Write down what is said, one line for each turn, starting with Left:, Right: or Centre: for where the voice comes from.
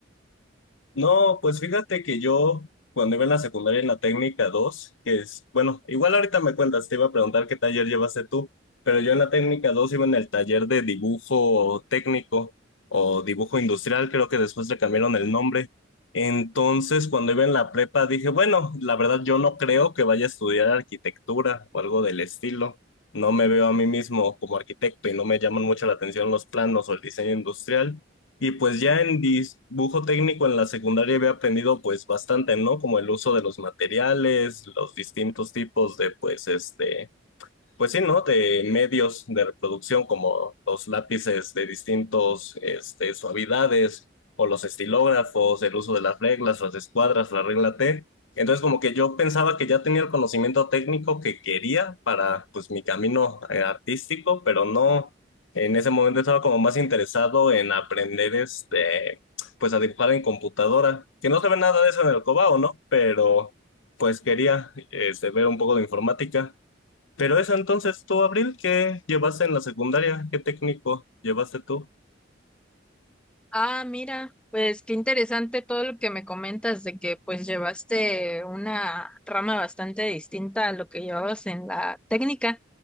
Left: No, pues fíjate que yo cuando iba en la secundaria en la técnica dos, que es, bueno, igual ahorita me cuentas, te iba a preguntar qué taller llevaste tú, pero yo en la técnica dos iba en el taller de dibujo técnico o dibujo industrial, creo que después le cambiaron el nombre. Entonces, cuando iba en la prepa dije, bueno, la verdad yo no creo que vaya a estudiar arquitectura o algo del estilo. No me veo a mí mismo como arquitecto y no me llaman mucho la atención los planos o el diseño industrial. Y pues ya en dibujo técnico en la secundaria había aprendido pues bastante, ¿no? Como el uso de los materiales, los distintos tipos de pues este pues sí, ¿no? De medios de reproducción como los lápices de distintos este, suavidades o los estilógrafos, el uso de las reglas, las escuadras, la regla T. Entonces como que yo pensaba que ya tenía el conocimiento técnico que quería para pues mi camino eh, artístico, pero no, en ese momento estaba como más interesado en aprender este, pues a dibujar en computadora, que no se ve nada de eso en el Cobao, ¿no? Pero pues quería este, ver un poco de informática. Pero eso entonces tú, Abril, ¿qué llevaste en la secundaria? ¿Qué técnico llevaste tú?
Centre: ah, mira, pues qué interesante todo lo que me comentas de que pues llevaste una rama bastante distinta a lo que llevabas en la técnica.